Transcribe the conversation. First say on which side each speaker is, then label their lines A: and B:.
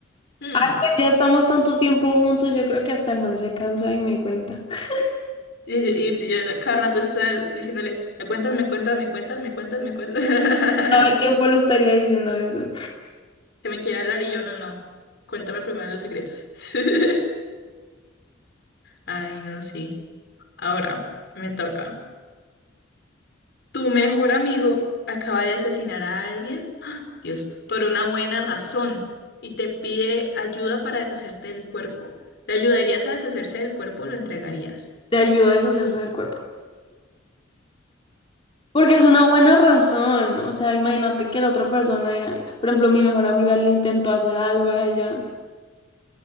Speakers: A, on the left; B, on the left.
A: Hmm.
B: Pues ya estamos tanto tiempo juntos, yo creo que hasta el man se cansa y me cuenta. <laughs>
A: Y, y- y yo cada rato estar diciéndole, me cuentas, me cuentas, me cuentas, me cuentas, me cuentas. <laughs>
B: Todo el tiempo lo estaría diciendo eso.
A: Que me quiere hablar y yo no, no. Cuéntame primero los secretos. <laughs> Ay, no, sí. Ahora, me toca. Tu mejor amigo acaba de asesinar a alguien, ¡ah! Dios, por una buena razón y te pide ayuda para deshacerte del cuerpo. ¿Le ayudarías a deshacerse del cuerpo o lo entregarías?
B: Le ayuda a deshacerse del cuerpo. Porque es una buena razón. O sea, imagínate que la otra persona, ya- por ejemplo, mi mejor amiga le intentó hacer algo a ella.